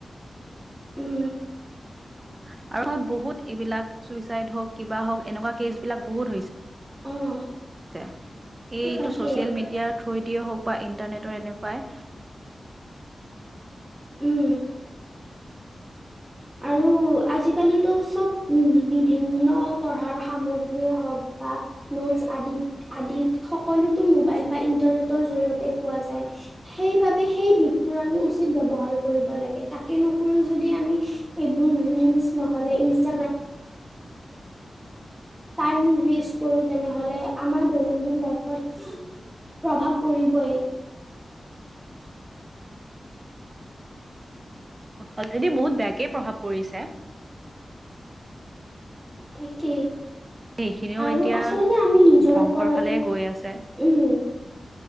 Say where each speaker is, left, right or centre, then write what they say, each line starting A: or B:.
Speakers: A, on the right; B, on the right.
A: উম
B: <unintelligible> বহুত এইবিলাক চুইচাইড হওঁক কিবা হওঁক এনেকুৱা কেচবিলাক বহুত হৈছে।
A: অ',
B: তে এই -এইটো
A: তাকেই
B: ছচিয়েল মিডিয়াৰ থ্ৰই দিয়ে হওক বা ইণ্টাৰনেটৰ এনেকুৱাই
A: উম, আৰু আজিকালিতো চব উম, বিভিন্ন পঢ়াৰ সামগ্ৰীয়ে হওক বা নোটচ আদিত-আদিত সকলোত টো মোবাইল বা ইণ্টাৰনেটৰ জৰিয়ত তে পোৱা যায় সেইবাবে সেই দিশটোৰ আমি উচিত ব্যৱহাৰ কৰিব লাগে তাকে নকৰি যদ <unintelligible> ইনষ্টাগ্ৰামৰ ভিডিঅ' শ্বটছ এইবোৰত টাইম ৱেষ্ট কৰোঁ তেনেহ'লে আমাৰ দৈনন্দ লাইভত প্ৰভাৱ পৰিবই
B: <inaudible> অলৰেডি বহুত বেয়াকেই প্ৰভাৱ পৰিছে।
A: তাকেই।
B: সেইখিনিও
A: আৰু
B: এতিয়া
A: আচলতে আমি নিজৰ
B: ধ্বংসৰ
A: ওপৰতে
B: ফালে গৈ আছে
A: উম